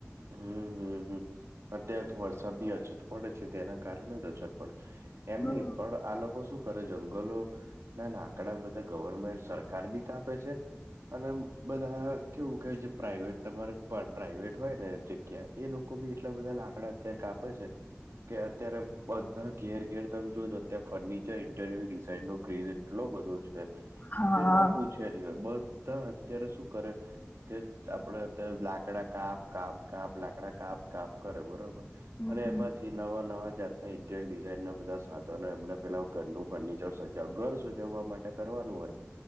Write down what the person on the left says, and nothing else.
હમ,
હા.
હમ,